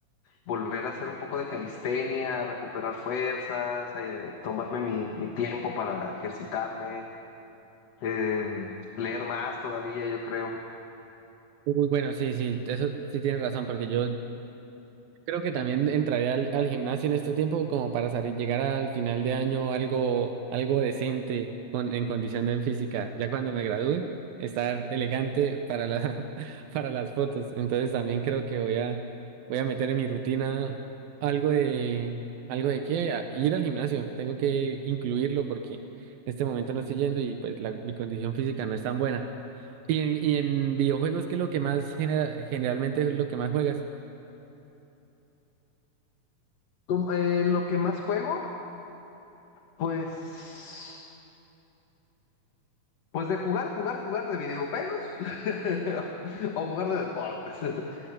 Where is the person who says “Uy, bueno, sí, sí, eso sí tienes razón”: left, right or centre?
Right